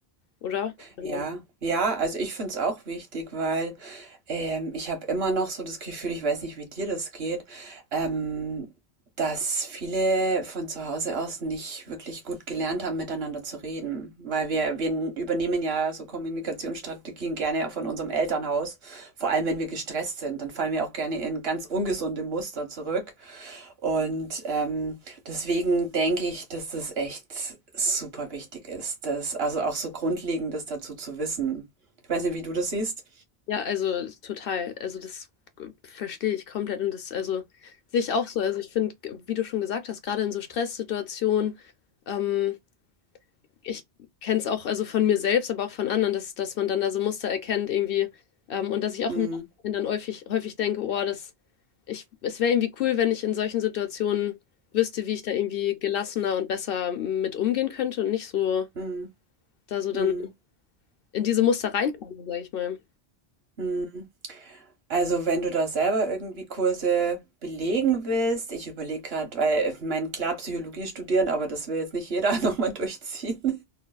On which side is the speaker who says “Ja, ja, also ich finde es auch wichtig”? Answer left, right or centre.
Right